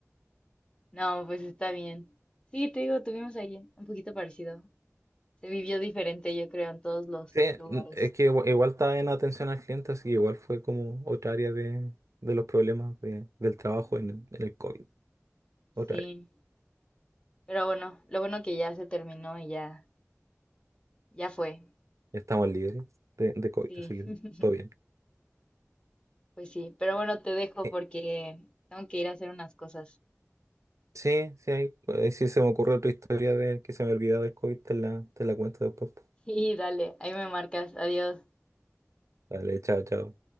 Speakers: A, on the left; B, on the right.
A: No, pues está bien. Sí, te digo, tuvimos ahí un poquito parecido. Se vivió diferente, yo creo, en todos los
B: Sí,
A: lugares.
B: n- es que igu- igual, estaba en atención al cliente, así que igual fue como otra área de, de los problemas de- del trabajo en el, en el COVID. Otra
A: Sí,
B: área.
A: pero bueno, lo bueno que ya se terminó y ya, ya fue.
B: Ya estamos libres de, de COVID,
A: Sí,
B: así que
A: <laughs>
B: todo bien.
A: pues sí, pero bueno, te dejo
B: Eh,
A: porque tengo que ir a hacer unas cosas.
B: sí, sí, hay, eh, sí se me ocurre otra historia de que se me olvidaba del COVID, te la, te la cuento después.
A: Sí, dale, ahí me marcas. Adiós.
B: Dale, chao, chao.